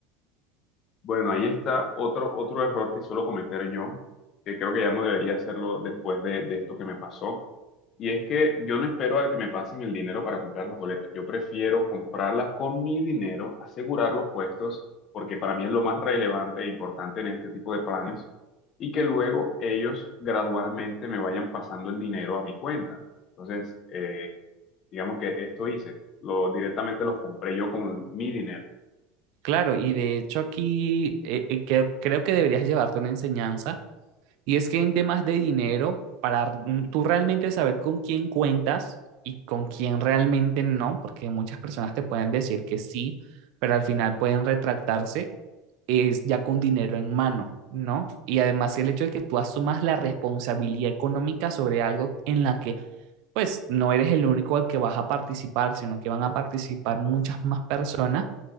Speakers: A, on the left; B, on the right.
A: Bueno, ahí está otro, otro error que suelo cometer yo, que creo que ya no debería hacerlo después de, de esto que me pasó. Y es que yo no espero al que me pasen el dinero para comprar las boletas. Yo prefiero comprarlas con mi dinero, asegurar los puestos, porque para mí es lo más relevante e importante en este tipo de planes, y que luego ellos gradualmente me vayan pasando el dinero a mi cuenta. Entonces, eh, digamos que esto hice, lo, directamente los compré yo con mi dinero.
B: Claro, y de hecho aquí eh, eh, creo, creo que deberías llevarte una enseñanza, y es que en temas de dinero, para mm, tú realmente saber con quién cuentas y con quién realmente no, porque muchas personas te pueden decir que sí, pero al final pueden retractarse, es ya con dinero en mano, ¿no? Y además el hecho de que tú asumas la responsabilidad económica sobre algo en la que pues no eres el único al que vas a participar, sino que van a participar muchas más personas